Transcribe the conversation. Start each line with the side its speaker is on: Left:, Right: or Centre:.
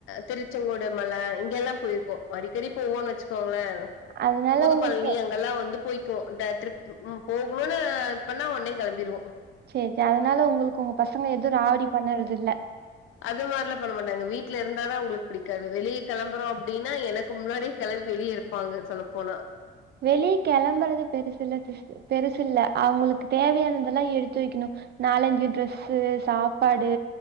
Left: திருச் ச்செங்கோடு மல இங்க எல்லா போயிருக்கோ அடிக்கடி போவோ வச்சுக்கோங்களே
Right: அதனால
Left: புது
Right: உங்களுக்கு
Left: பழனி அங்கெல்லா வந்து போய்க்கோ ட டிரிப் ம் போகணுன் இது பண்ணா ஒன்னே கெளம்பிடுவோ
Right: சே சே அதனால உங்களுக்கு உங்க பசங்க எது ராவடி பண்ணறது இல்ல
Left: அது மாரிலா பண்ணமாட்டாங்க வீட்ல இருந்தாத அவுங்களுக்கு பிடிக்காது வெளிய கெளம்புறோ அப்டின்னா எனக்கு முன்னாடிய கெளம்பி வெளிய இருப் ப்பாங்க சொல்ல போனா
Right: வெளிய கெளம்புறது பெருசு இல்ல சி பெருசு இல்ல அவங்களுக்கு தேவையானதெல்லா எடுத்து வைக்கணு நாலஞ்சி டிரெஸ் சாப்பாடு